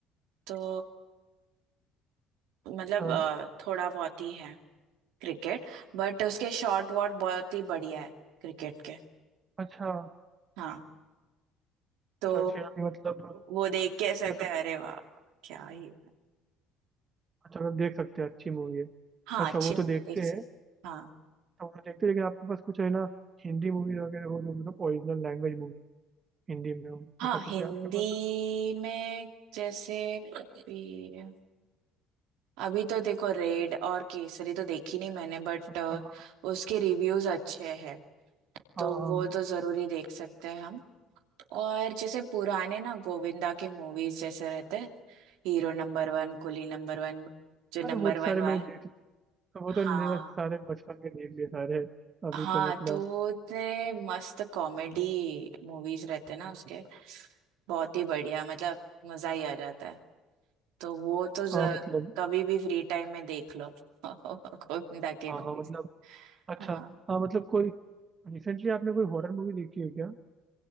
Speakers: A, on the right (about 75°); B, on the right (about 35°).
A: तो मतलब
B: अच्छा
A: अ, थोड़ा बहुत ही है क्रिकेट बट उसके शॉट वॉट बहुत ही बढ़िया है क्रिकेट के
B: अच्छा
A: हाँ तो
B: तो फिर अभी मतलब
A: वो देख के सकते
B: मतलब
A: हैं अरे वाह क्या ही
B: अच्छा आप देख सकते हैं अच्छी मूवी है
A: हाँ
B: अच्छा
A: अच्छी
B: वो तो
A: मूवी
B: देखते
A: देख
B: हैं
A: सकते हाँ
B: तो वो तो देखते हैं लेकिन आपके पास कुछ है ना हिंदी मूवीज वगैरह हो जो मतलब ओरिजिनल लैंग्वेज मूवी हिंदी में हो
A: हाँ
B: ऐसा कुछ
A: हिंदी
B: है आपके पास
A: में जैसे अभी अभी तो देखो रेड और केसरी तो देखी नहीं मैंने बट
B: अच्छा हाँ
A: उसके रिव्यूज अच्छे हैं तो
B: हाँ हाँ
A: वो तो जरूरी देख सकते हैं हम और जैसे पुराने ना गोविंदा के मूवीज जैसे रहते हैं hero number one coolie number one जो नंबर
B: अरे वो तो
A: वन
B: सारे
A: वाला
B: मैंने देख लिए तो वो
A: हाँ
B: तो मेरा सारे बचपन में देख लिए सारे अभी
A: हाँ
B: तो मतलब
A: तो इतने मस्त कॉमेडी मूवीज रहते हैं ना उसके बहुत ही बढ़िया मतलब मजा ही आ जाता है तो वो तो ज,
B: हाँ मतलब
A: कभी भी फ्री टाइम में देख लो <laughs> गोविंदा के
B: हाँ
A: मूवीज
B: हाँ मतलब अच्छा
A: हाँ
B: हाँ मतलब कोई रिसेंटली आपने कोई हॉरर मूवी देखी है क्या